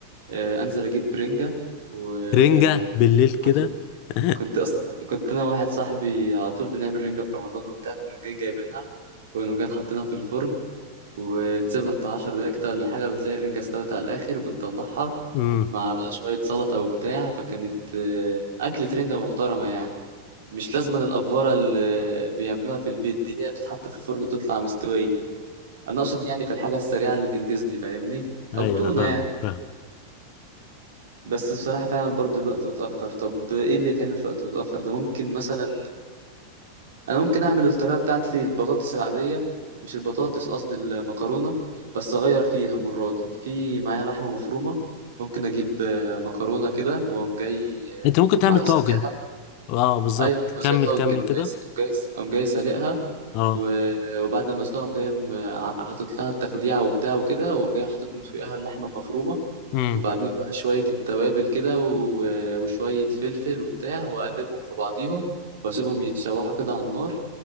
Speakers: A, on the right (about 60°); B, on the left (about 45°).
A: آه انزل اجيب برنجة وكنت
B: رنجه بالليل كده
A: كنت
B: <laughs>
A: كنت اصلا كنت انا واحد صاحبي على طول بنعمل رنجة في رمضان وبتاع كنا مجان جايبينها كنا مجان حاطينها في الفرن ونسيبها بتاع عشر دقايق كده ولا حاجة بتلاقي الرنجة استوت على الآخر بنطلعها
B: امم
A: مع بقى شوية سلطة وبتاع فكانت آه، أكلة رنجة محترمة يعني مش لازم الأفورة اللي بيعملوها في البيت دي هي بتتحط في الفرن بتطلع مستوية أنا أقصد يعني في الحاجة السريعة اللي تنجزني فاهمني
B: ايوه
A: أو تونة
B: فاهمك
A: يعني
B: فاهم
A: بس بصراحة فعلا برضو الوقت متأخر طب إيه اللي يتعمل في وقت متأخر ده ممكن مثلا انا ممكن اعمل الطريقه بتاعتي البطاطس العاديه مش البطاطس قصدي المكرونه بس اغير فيها المره دي في معايا لحمه مفرومه ممكن اجيب آه، مكرونه كده واقوم جاي
B: انت ممكن تعمل
A: آه، على-
B: طاجن
A: سالقها
B: اه بالظبط
A: ايوه ما هو
B: كمل
A: زي طاجن
B: كمل
A: كده قوم
B: كده
A: جاي قوم جاي قوم جاي سالقها
B: اه
A: و- وبعد ما اسلقها قوم جاي م- حاطط لها التخديعه وبتاع وكده واقوم جاي حاطط من فوقها اللحمه المفرومه
B: امم
A: وبعدين بقى شوية التوابل كده و- وشوية فلفل وبتاع وأقلبهم في بعضيهم وأسيبهم يتشوحوا كده على النار